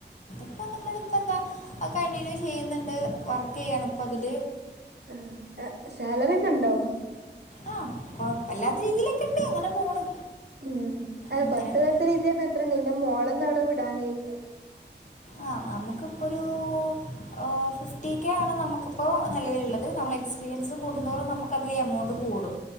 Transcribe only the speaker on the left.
ഇപ്പം നമ്മളിപ്പോ എന്താ അയ് കണ്ടിന്യൂ ചെയ്യ്ന്ന്ണ്ട് വർക്ക് ചെയ്യാണ് ഇപ്പം അതിൽ
ആ കൊഴപ്പ ഇല്ലാത്ത രീതിയിൽ ഒക്കെ ഇണ്ട് അങ്ങനെ പോണ്.
അങ്ങനെയൊക്കെ
ആ നമുക്ക് ഇപ്പൊ ഒരു ഏ ഫിഫ്റ്റി കെ ആണ് നമുക്കിപ്പോ നിലവിൽ ഇള്ളത്. നമ്മളെ എക്സ്പീരിയൻസ് കൂടുന്തോറും നമുക്ക് അതിൽ എമൗണ്ട് കൂടും.